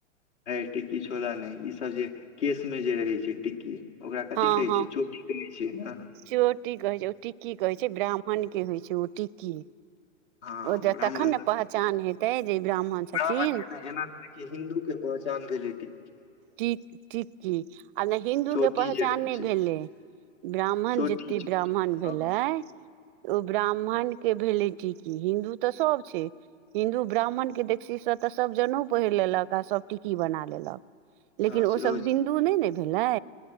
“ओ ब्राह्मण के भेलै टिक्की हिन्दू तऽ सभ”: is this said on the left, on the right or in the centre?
Right